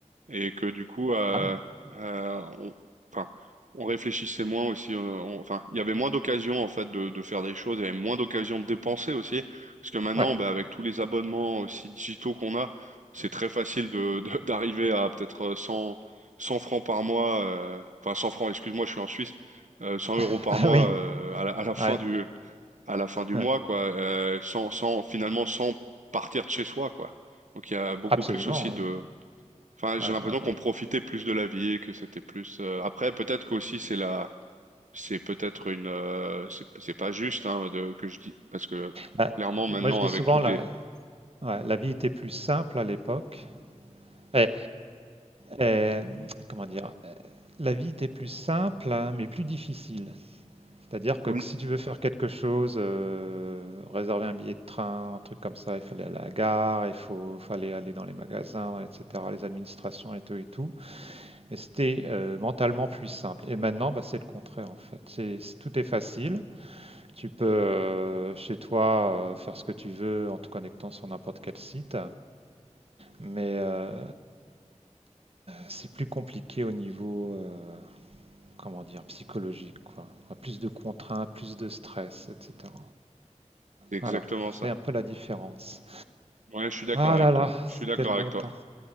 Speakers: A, on the right (about 75°); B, on the right (about 50°).
A: et que du coup, euh,
B: Ah oui.
A: euh, on, enfin, on réfléchissait moins aussi. euh, on- enfin, il y avait moins d'occasions en fait de, de faire des choses, il y avait moins d'occasions de dépenser aussi, parce que maintenant,
B: Ouais.
A: bah, avec tous les abonnements aussi digitaux qu'on a, c'est très facile de, de- <laughs> d'arriver à peut-être euh, cent 100 francs par mois, euh, enfin 100 francs, excuse-moi, je suis en Suisse, euh, 100
B: <laughs>
A: euros par
B: Ah
A: mois
B: oui,
A: euh, à la, à la fin
B: ouais,
A: du à la fin du
B: ouais,
A: mois, quoi, euh, sans, sans finalement sans partir de chez soi, quoi. Donc il y a beaucoup
B: absolument.
A: plus aussi
B: ouais,
A: de Enfin,
B: ouais,
A: j'ai
B: ouais,
A: l'impression qu'on
B: ouais.
A: profitait plus de la vie, que c'était plus. euh, Après, peut-être qu'aussi c'est la, c'est peut-être une, euh, c'est c'est pas juste hein, de que je dis parce que
B: Bah,
A: clairement maintenant
B: moi, je dis
A: avec
B: souvent,
A: toutes
B: la,
A: les,
B: ouais, la vie était plus simple à l'époque. Eh, eh, comment dire? La vie était plus simple, hein, mais plus difficile. C'est-à-dire que
A: Oui.
B: si tu veux faire quelque chose, euh, réserver un billet de train, un truc comme ça, il fallait aller à la gare, il faut, fallait aller dans les magasins, etc., les administrations et tout et tout. Et c'était euh, mentalement plus simple. Et maintenant, bah, c'est le contraire en fait. C'est, c'est- tout est facile. Tu peux euh, chez toi euh, faire ce que tu veux en te connectant sur n'importe quel site, mais euh, c'est plus compliqué au niveau, euh, comment dire, psychologique, quoi. Enfin, Plus de contraintes, plus de stress, etc.
A: c'est exactement
B: Voilà, c'est
A: ça.
B: un peu la différence.
A: Ouais, je suis d'accord
B: Ah
A: avec
B: là là,
A: toi. Je
B: c'était
A: suis d'accord
B: le bon
A: avec toi.
B: temps.